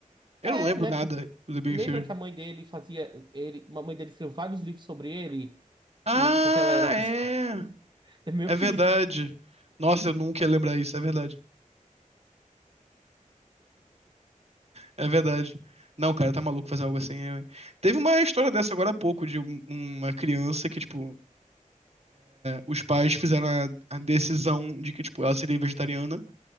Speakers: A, on the right; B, on the right.
A: Eu
B: É,
A: não lembro
B: né?
A: nada
B: por-
A: do The Big
B: lembra
A: Bang
B: que a mãe dele fazia. Ele, a mãe dele escreveu vários livros sobre ele,
A: Ah,
B: e, porque ela era
A: é.
B: psicóloga. <laughs> É meio
A: É verdade.
B: que.
A: Nossa, eu nunca ia lembrar isso, é verdade. É verdade. Não, cara, tá maluco fazer algo assim. é. Teve uma história dessa agora há pouco, de um- uma criança que, tipo, Os pais fizeram a, a decisão de que, tipo, ela seria vegetariana